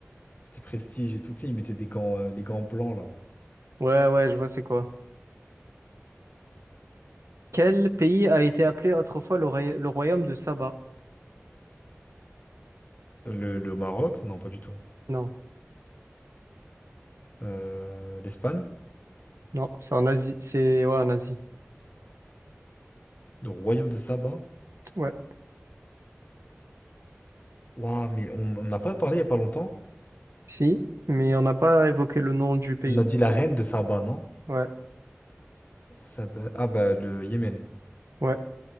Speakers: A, on the left; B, on the right.
A: C'était prestige et tout. Tu sais, ils mettaient des gants, euh, les gants blancs là.
B: Ouais, ouais, je vois c'est quoi. Quel pays a été appelé autrefois le, roya- le royaume de Saba?
A: Euh, Le, le Maroc? Non, pas du tout.
B: Non,
A: euh, l'Espagne,
B: non, c'est en Asie. C'est ouais, en Asie.
A: le royaume de Saba.
B: Ouais.
A: Waouh, mais on n'a pas parlé il n'y a pas longtemps.
B: Si, mais on n'a pas évoqué le nom du pays.
A: On a dit la reine de Saba, non?
B: Ouais,
A: Saba... Ah bah le Yémen.
B: ouais,